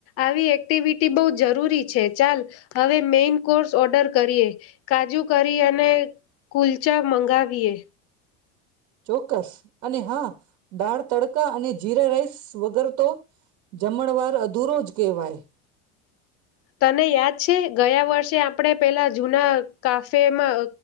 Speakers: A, on the left; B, on the right.
A: આવી એક્ટિવિટી બહુ જરૂરી છે ચાલ હવે મેઈન કોર્સ ઓર્ડર કરીએ કાજુ કરી અને કુલચા મંગાવીએ.
B: ચોક્કસ અને હા દાળ તડકા અને જીરા રાઈસ વગર તો જમણવાર અધૂરો જ કહેવાય.
A: તને યાદ છે ગયા વર્ષે આપણે પેલા જુના કાફેમાં